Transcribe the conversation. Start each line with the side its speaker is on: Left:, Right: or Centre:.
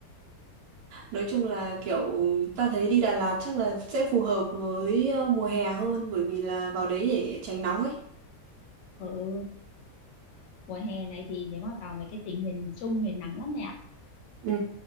Right: Nói chung là kiểu ta thấy đi Đà Lạt chắc là sẽ phù hợp với ờ, mùa hè hơn bởi vì là vào đấy để tránh nóng ấy.
Left: ừ mùa hè này thì nếu mà vào mấy cái tỉnh miền Trung miền nắng lắm mẹ ạ
Right: Ừ.